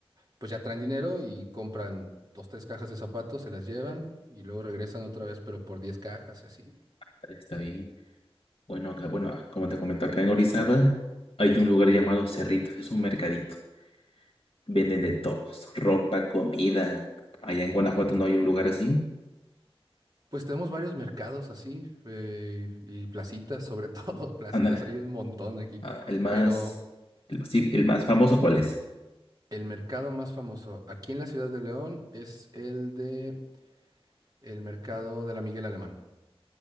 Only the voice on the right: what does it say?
pues ya traen dinero y compran dos, tres cajas de zapatos, se las llevan y luego regresan otra vez, pero por 10 cajas y así.
Pues tenemos varios mercados así eh, y placitas, sobre todo, <laughs> placitas
hay un montón aquí,
pero
el mercado más famoso aquí en la ciudad de León es el de el mercado de la Miguel Alemán.